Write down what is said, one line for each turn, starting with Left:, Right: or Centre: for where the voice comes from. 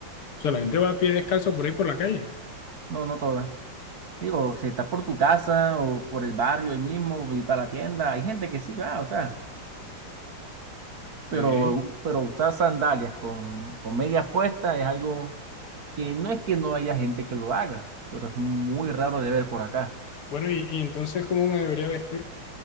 Left: O sea, la gente va a pie descalzo por ahí por la calle.
Right: No, no todas Digo, si estás por tu casa o por el barrio ahí mismo y para la tienda, hay gente que sí va, o sea,
Left: Ok.
Right: pero, pero usar sandalias con, con medias puestas es algo que no es que no haya gente que lo haga, pero es muy raro de ver por acá.
Left: Bueno, y, y entonces, ¿cómo me debería vestir?